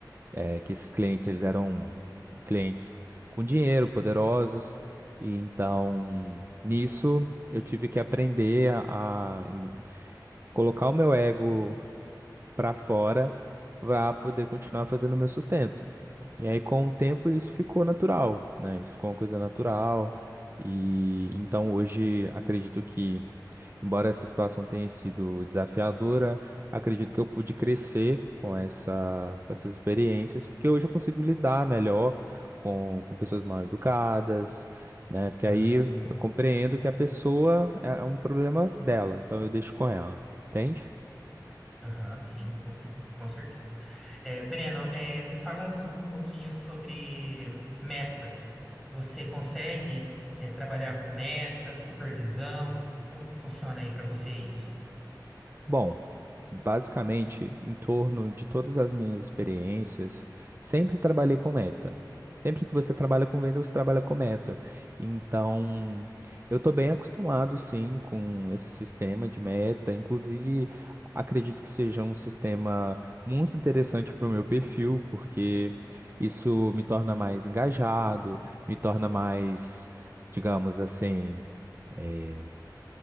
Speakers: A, on the right (about 30°); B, in the centre.
A: eh, que esses clientes eles eram clientes com dinheiro, poderosos, e então nisso eu tive que aprender a a colocar o meu ego para fora para poder continuar fazendo o meu sustento. E aí, com o tempo, isso ficou natural, né? Isso ficou uma coisa natural. E então hoje acredito que, embora essa situação tenha sido desafiadora, acredito que eu pude crescer com essa, com essas experiências, porque hoje eu consigo lidar melhor com, com pessoas mal educadas, né? Porque
B: Aham.
A: aí eu compreendo que a pessoa é é um problema dela, então eu deixo com ela, entende?
B: Aham, sim, com, com certeza. É, Breno, é, me fala sobre um pouquinho sobre metas. Você consegue, é, trabalhar com metas, supervisão? Como que funciona aí para você isso?
A: Bom, basicamente, em torno de todas as minhas experiências, sempre trabalhei com meta. Sempre que você trabalha com venda, você trabalha com meta. Então, eu estou bem acostumado, sim, com esse sistema de meta. Inclusive, acredito que seja um sistema muito interessante para o meu perfil, porque isso me torna mais engajado, me torna mais, digamos assim, eh,